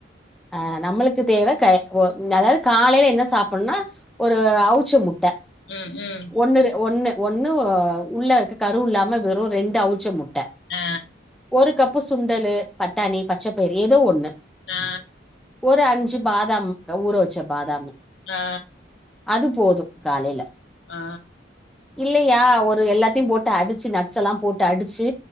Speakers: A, in the centre; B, on the left.
A: ஆ நம்மளுக்கு தேவ கை ஓ அதாவது காலைல என்ன சாப்புடணுன்னா ஒரு அவுச்ச முட்ட
B: ம் ம்
A: ஒண்ணுரு ஒன்னு ஒண்ணு உள்ள இருக்க கரு இல்லாம வெறும் ரெண்டு அவுச்ச முட்ட
B: ஆ
A: ஒரு கப்பு சுண்டலு பட்டாணி பச்சப்பயுறு ஏதோ ஒண்ணு
B: ஆ
A: ஒரு அஞ்சு பாதாம் ஊற வச்ச பாதாமு
B: ஆ
A: அது போது காலையில
B: ஆ
A: இல்லையா ஒரு எல்லாத்தையு போட்டு அடுச்சு நட்ஸ் எல்லா போட்டு அடுச்சு